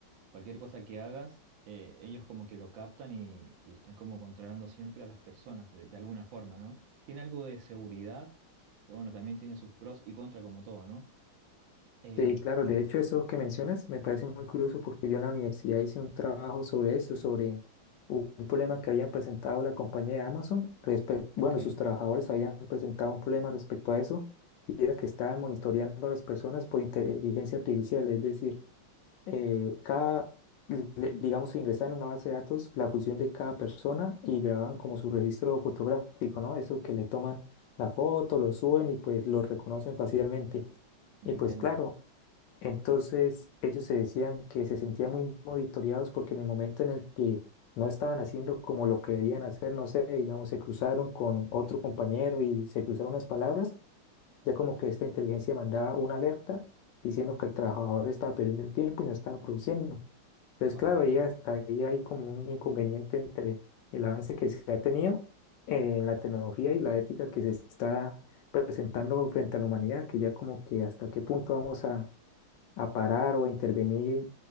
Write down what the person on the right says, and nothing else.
cualquier cosa que hagas, eh, ellos como que lo captan y, y están como controlando siempre a las personas de, de alguna forma, ¿no? Tiene algo de seguridad, pero bueno, también tiene sus pros y contras como todo, ¿no? Eh,
ok,
entiendo.
Wow.